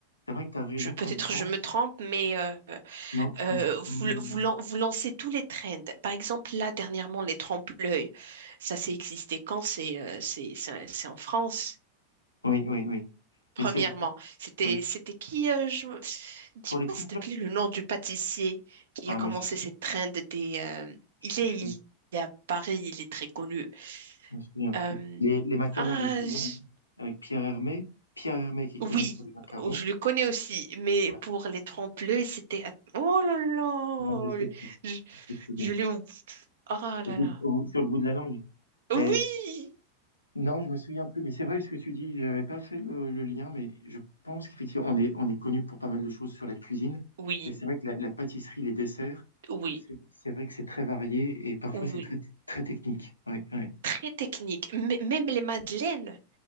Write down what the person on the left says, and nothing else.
C'est vrai que tu as raison
quand j'y pense.
Non,
quand j'y pense.
Oui, oui, oui.
Mais c'est vrai.
Oui.
Pour les trompe-l'œil.
Ah,
mais je,
je,
je,
Je me souviens plus.
Les, les macarons,
je me souviens,
avec Pierre Hermé. Pierre Hermé qui est
connu pour les macarons.
Ouais.
Non, je sais plus.
Je sais plus le
nom.
Au bout
de- au- sur le bout de la langue.
Mais non, je me souviens plus. Mais c'est vrai ce que tu dis. J'avais pas fait le, le lien, mais je pense qu'effectivement, on est, on est connu pour pas mal de choses sur la cuisine.
Mais c'est vrai que la, la pâtisserie, les desserts,
c'est c'est vrai que c'est très varié et parfois
c'est très, très technique. Oui, oui,